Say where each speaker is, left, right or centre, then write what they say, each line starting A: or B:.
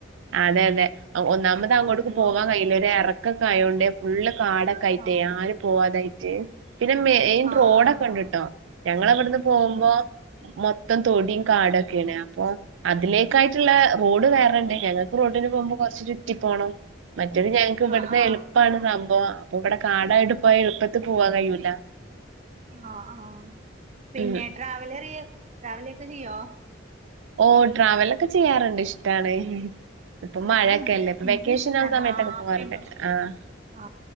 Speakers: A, on the right; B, on the right.
A: അതെ അതെ എ ഒന്നാമത്
B: ഓരോരോ
A: അങ്ങോട്ടക്ക് പോവാൻ കഴയില്ല ഒര് എറക്കൊക്കെ ആയോണ്ട് ഫുള് കാടെ. ക്കായിട്ടേ
B: ആഹ്
A: ആരും പോവാതായിട്ട് പിന്നെ മെയിൻ
B: ആഹ്
A: റോഡൊക്കെ
B: ആഹ്
A: ഉണ്ട്ട്ടോ ഞങ്ങളെവിടുന്ന്. പോവുമ്പോ
B: ആഹ് ആഹ്
A: മൊത്തം തൊടീം കാടൊക്കേണ് അപ്പോ അതിലേക്കായിട്ടുള്ള. റോഡ് വേറണ്ട് ഞങ്ങക്ക് റോഡിന് പോവുമ്പോ കൊറച്ച്. ചുറ്റി പോണം മറ്റേത് ഞങ്ങക്ക് ഇവ്ട്ന്ന്
B: ആഹ് ആഹ്
A: എള് പ്പാണ് സംഭവം അപ്പൊ ഇവ്ടെ കാടായിട്ട് പോയ എളുപ്പത്തി പോവാൻ കഴിയുല.
B: ആഹ് ആഹ് പിന്നെ
A: ഉം
B: ട്രാവലർ ട്രാവലൊക്കെ ചെയ്യോ?
A: ഓഹ് ട്രാവലൊക്കെ ചെയ്യാറുണ്ട് ഇഷ്ടാണ്. ഇപ്പൊ മഴൊക്കെല്ലേ
B: ആഹ്
A: ഇപ്പൊ
B: എനിക്കും
A: വെക്കേഷൻ
B: ഇഷ്ടാണ്
A: ആ സമയത്തൊക്കെ പോവാറുണ്ട്
B: പെങ്കും
A: ആഹ്.
B: ആ